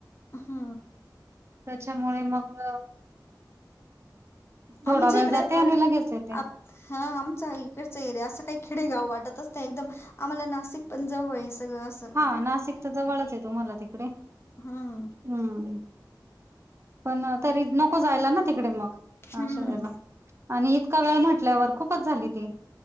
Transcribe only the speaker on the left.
हा.
आमच्या
इकडे
येतात
आ हा आमचा इकडचा एरिया असं काही खेडेगाव वाटतच नाही एकदम आम्हाला नाशिक पण जवळ आहे. सगळं असं
हम्म
हम्म